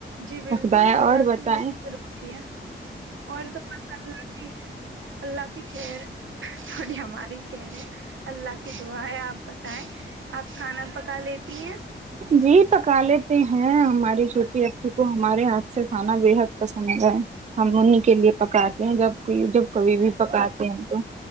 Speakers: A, on the right; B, on the right.
A: جی بالکل
B: خدایا
A: اللہ
B: اور بتائیں
A: سے م ضروری ہے اور تولہ اللہ کی خیر سوری ہماری خیر ہے اللہ کی دعا ہے آپ بتائیں آپ کھانا پکا لیتی ہیں
B: جی پکا لے ہیں ہماری چھوٹی اپی کو ہمارے ہاتھ سے کھانا بے حد پسند ہے ہم انیں کے لیے پکات جب کوئی جب کبھی بھی پکاتے ہیں تو